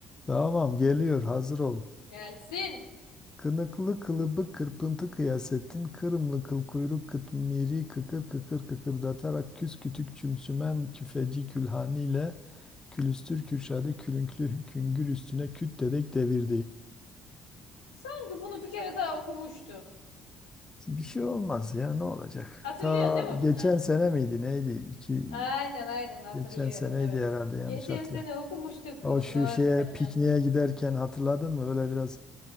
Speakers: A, on the left; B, on the left.
A: Tamam geliyor hazır ol.
B: Gelsin.
A: Kınıklı kılıbık kırpıntı kıyasettin. Kırımlı kıl kuyruk kıtmiri kıkır kıkır kıkırdatarak küs kütük çümsümen küfeci külhaniyle külüstür kürşadı külünklü küngür üstüne küt dedek devirdi.
B: Sanki bunu bir kere daha okumuştuk.
A: Bir şey olmaz ya ne olacak?
B: Hatırlıyorsun
A: Ta
B: değil mi
A: geçen
B: bunu?
A: sene miydi neydi? İki,
B: Aynen aynen hatırlıyorum
A: geçen seneydi
B: evet.
A: herhalde yanlış
B: Geçen
A: hatırla.
B: sene okumuştuk
A: O
B: bunu
A: şu
B: doğru
A: şeye
B: seninle.
A: pikniğe giderken hatırladın mı? Öyle biraz